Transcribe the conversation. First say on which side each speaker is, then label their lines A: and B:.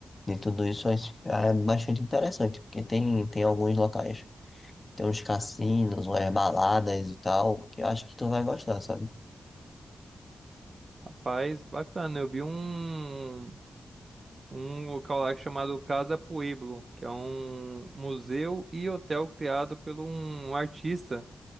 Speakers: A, on the left; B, on the right.
A: de tudo isso, é, é bastante interessante. Porque tem, tem alguns locais, tem uns cassinos, umas baladas e tal, que eu acho que tu vai gostar, sabe?
B: Rapaz, bacana. Eu vi um, um local lá chamado Casa Pueblo, que é um museu e hotel criado por um artista.